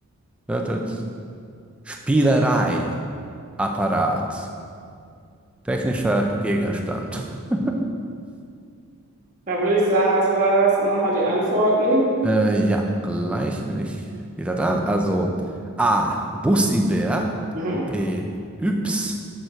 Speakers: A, in the centre; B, on the right.
A: Lautet Spielerei, Apparat, technischer Gegenstand. <laughs>
B: da würde ich sagen, was war das? Nochmal die Antworten.
A: Äh, ja, gleich bin ich wieder da. Also A. Bussi-Bär,
B: Mhm.
A: B. Yps,